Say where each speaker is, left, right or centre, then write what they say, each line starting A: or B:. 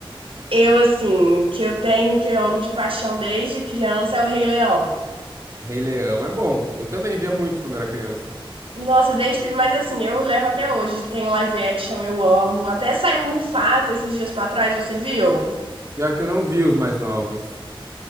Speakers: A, on the right; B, on the right.
A: Eu, assim, que eu tenho, que eu amo de paixão desde criança, é o Rei Leão.
B: Rei Leão é bom. Eu também via muito quando era criança.
A: Nossa, desde, mas assim, eu levo até hoje. Tem o live action, eu amo. Até saiu o Mufasa esses dias pra trás, você viu?
B: Pior que eu não vi os mais novos.